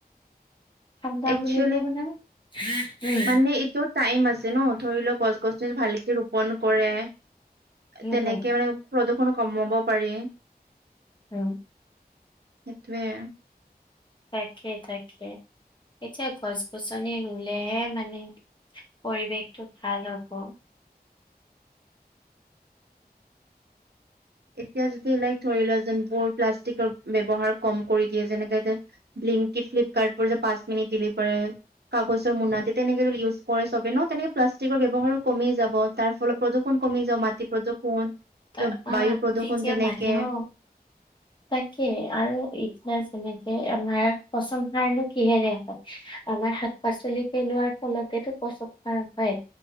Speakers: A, on the left (about 30°); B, on the right (about 85°).
A: ঠাণ্ডা
B: একচুৱেলি
A: বুলিও নাই।
B: মানে এইটো টাইম আছে ন ধৰি লও গছ-গছনি ভালকে ৰোপন কৰে।
A: উম উম
B: তেনেকে
A: উম
B: মানে প্ৰদূৰ্ষণ কমাব পাৰি।
A: উম।
B: সেইটোয়ে।
A: তাকে, তাকে। এতিয়া গছ গছনি ৰুলেহে মানে পৰিৱেশটো ভাল হ'ব।
B: এতিয়া যেতিয়া লাইক ধৰি লোৱা যেন বোৰ প্লাষ্টিকৰ ব্যৱহাৰ কম কৰি দিয়ে যেনেকে ব্লিংকিড ফ্লিপকাৰ্ট বোৰ যে পাঁচ মিনিট দিল পাৰে। কাগজৰ মুনা দি তেনেকে ইউজ কৰে চবে ন তেনেকে প্লাষ্টিকৰ ব্যবহাৰো কমেই যাব। তাৰ ফল প্ৰদূষণ কমি যাওঁ মাটি প্ৰদূষণ।
A: ত অ
B: বায়ু প্ৰদূষণ
A: তেতিয়া
B: তেনেকে
A: মাতি হ তাকে আৰু যেনেকে আমাৰ পচন্দ নাৰলে কিহে দে হয়। আমাৰ শাক পাচলি পেলোৱাৰ ফলতেো প্ৰচন‌ সাৰ‌ হয়।